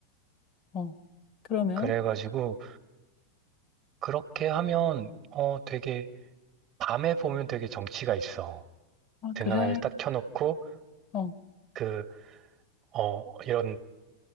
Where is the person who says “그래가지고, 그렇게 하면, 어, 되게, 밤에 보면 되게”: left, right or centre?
Right